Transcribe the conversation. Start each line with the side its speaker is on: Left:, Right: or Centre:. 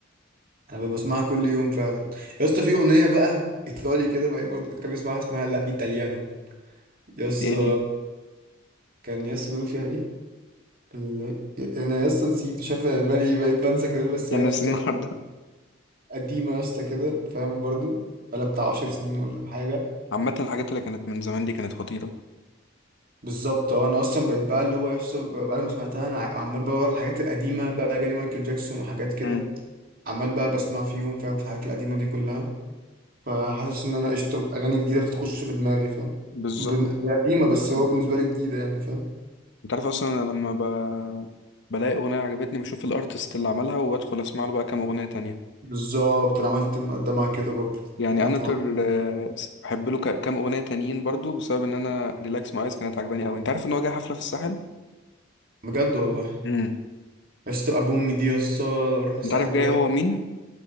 Right: انا ب- بسمعها كل يوم فعلا يا اسطى في اغنيه بقى ايطالي كده بقى برضه كان بيسمعها اسمها لا ايطاليانو يا اسطى
Left: دي دي
Right: كان يس بيقولوا فيها ايه ال... انا يس نسيت شايف بالي بقيت بنسى كده بس
Left: دي
Right: هي
Left: الناس
Right: يا اسطى
Left: النهارده
Right: قديمه يا اسطى كده فاهم برضو بقالها بتاع 10 سنين ولا حاجه
Left: عامة الحاجات اللي كانت من زمان دي كانت خطيرة
Right: بالظبط اه انا اصلا بقيت بقى اللي هو يا اسطى بعد ما سمعتها انا ع- عمال بدور على الحاجات القديمه بقى جالي مايكل جاكسون وحاجات كده
Left: مم.
Right: عمال بقى بسمع فيهم فاهم في الحاجات القديمه دي كلها فحاسس ان انا قشطه اغاني جديده بتخش في دماغي فاهم
Left: بالظبط
Right: بن... هي قديمه بس هو
Left: مم.
Right: بالنسبه لي جديده يعني فاهم
Left: انت عارف اصلا انا لما ب... بلاقي اغنية عجبتني بشوف الارتست اللي عملها وادخل اسمع له بقى كام اغنية تانية
Right: بالظبط انا عملت مقدمه كده برضو
Left: يعني
Right: عملت
Left: انا تر
Right: معاها
Left: آه، بحب له ك- كام اغنية تانيين برضو بسبب ان انا ريلاكس ماي ايز كانت عجباني قوي انت عارف ان هو جاي حفلة في الساحل
Right: بجد والله
Left: مم.
Right: يا اسطى ابو امي دي يا اسطى لو رحنا الساحل
Left: انت عارف جاي
Right: بجد
Left: هو مين